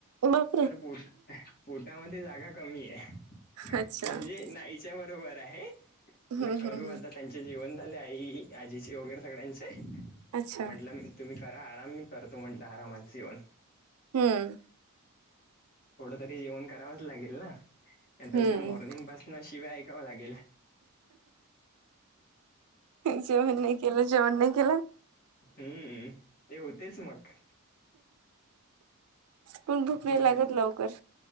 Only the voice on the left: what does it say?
तर पोट पोटामध्ये जागा कमीय.
म्हणजे
नाईच्या बरोबर आहे, म्हणलं
करू
आता त्यांचे जेवण झाले आई, आजीचे वगैरे सगळ्यांचे.
म्हंटलं मी तुम्ही करा आराम, मी करतो म्हटलं आरामात जेवन.
थोडं तरी जेवण करावंच लागेल ना, नाहीतर
उद्या मॉर्निंग पास्न शिव्या ऐकावं लागेल.
हम्म, ते होतेच मग.
मग